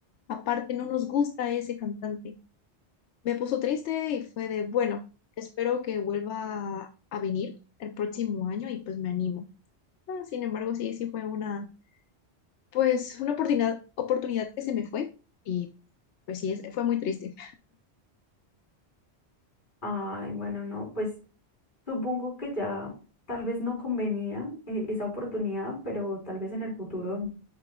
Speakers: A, on the left; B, on the left.
A: Aparte, no nos gusta ese cantante. Me puso triste y fue de, bueno, espero que vuelva a, a venir el próximo año y pues me animo. Ah, sin embargo, sí, sí fue una, pues una oportunidad, oportunidad que se me fue y pues sí, es- fue muy triste.
B: Ay, bueno, no, pues supongo que ya tal vez no convenía eh, esa oportunidad, pero tal vez en el futuro,